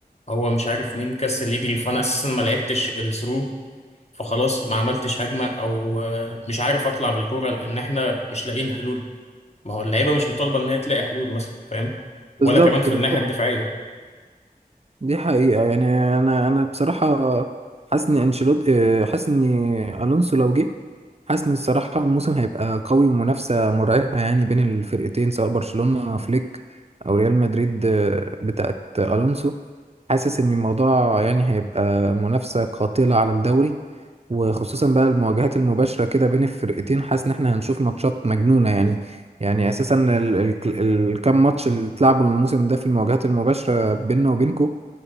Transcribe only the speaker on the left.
هو مش عارف مين كسل يجري فانا اساسا ما لعبتش الثرو فخلاص ما عملتش هجمه او آه، مش عارف اطلع بالكوره لان احنا مش لاقيين حلول ما هو اللعيبه مش مطالبه ان هي تلاقي حلول مثلا فاهم ولا
كمان في
الناحيه الدفاعيه